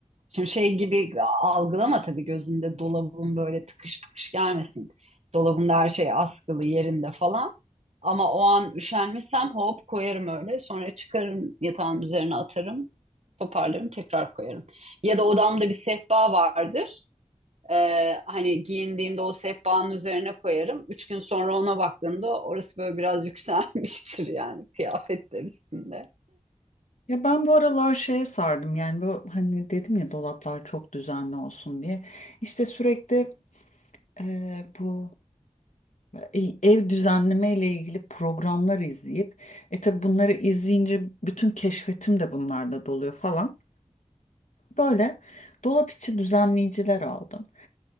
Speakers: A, on the right (about 65°); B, on the left (about 90°).
A: Şimdi şey gibi algılama tabii gözünde dolabın böyle tıkış tıkış gelmesin. Dolabımda her şey askılı yerinde falan. Ama o an üşenmişsem hop koyarım öyle. Sonra çıkarım yatağın üzerine atarım. Toparlarım tekrar koyarım. Ya da odamda bir sehpa vardır. Ee, hani giyindiğimde o sehpanın üzerine koyarım. Üç gün sonra ona baktığımda orası böyle biraz <laughs> yükselmiştir yani kıyafetler üstünde.
B: Ya ben bu aralar şeye sardım. Yani bu hani dedim ya dolaplar çok düzenli olsun diye. İşte sürekli e, bu E, ev düzenleme ile ilgili programlar izleyip e tabi bunları izleyince bütün keşfetim de bunlarla doluyor falan. Böyle dolap içi düzenleyiciler aldım.